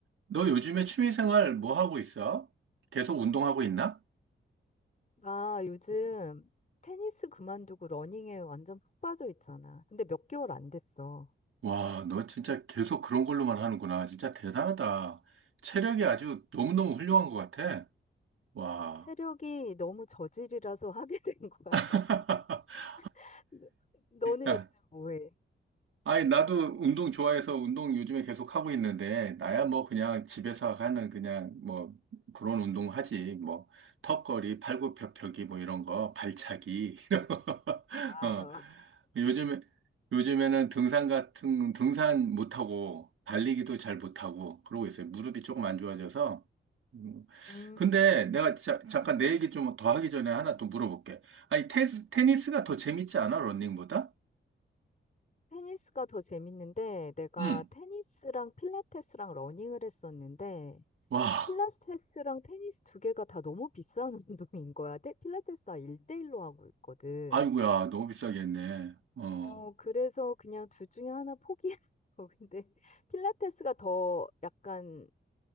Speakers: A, on the right; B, on the left.
A: 너 요즘에 취미생활 뭐 하고 있어? 계속 운동하고 있나?
B: 나 요즘 테니스 그만두고 러닝에 완전 푹 빠져 있잖아. 근데 몇 개월 안 됐어.
A: 와, 너 진짜 계속 그런 걸로만 하는구나. 진짜 대단하다. 체력이 아주 너무너무 훌륭한 것 같아. 와.
B: 체력이 너무 저질이라서 <laughs> 하게 된 거야.
A: <laughs>
B: <laughs> 너- 너는
A: 야,
B: 요즘 뭐해?
A: 아니, 나도 운동 좋아해서 운동 요즘에 계속 하고 있는데, 나야 뭐 그냥 집에서 하는 그냥 뭐 그런 운동 하지. 뭐 턱걸이, 팔굽혀펴기 뭐 이런 거, 발차기, <laughs> 이런 거.
B: 와우.
A: 어. 요즘에, 요즘에는 등산 같은, 등산 못하고, 달리기도 잘 못하고, 그러고 있어요. 무릎이 조금 안 좋아져서. 음,
B: 음,
A: 근데 내가 자- 잠깐 내 얘기 좀 더 하기 전에 하나 또 물어볼게. 아니, 테스, 테니스가 더 재밌지 않아? 러닝보다?
B: 테니스가 더 재밌는데 내가
A: 응.
B: 테니스랑 필라테스랑 러닝을 했었는데
A: 와.
B: 필라테스랑 테니스 두 개가 다 너무 비싼 <laughs> 운동인 거야. 테- 필라테스 나 1대1로 하고 있거든.
A: 아이고야, 너무 비싸게 했네. 어,
B: 어, 그래서 그냥 둘 중에 하나 포기했어. <laughs> 근데 필라테스가 더 약간